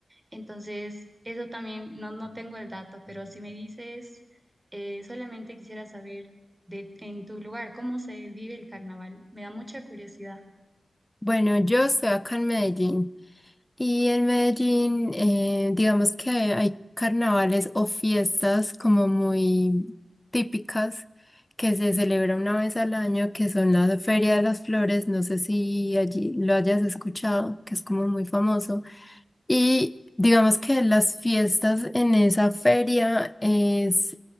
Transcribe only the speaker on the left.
Bueno, yo estoy acá en Medellín. Y en Medellín, eh, digamos que hay carnavales o fiestas como muy típicas que se celebra una vez al año, que son la Feria de las Flores, no sé si allí lo hayas escuchado, que es como muy famoso. Y digamos que las fiestas en esa feria es,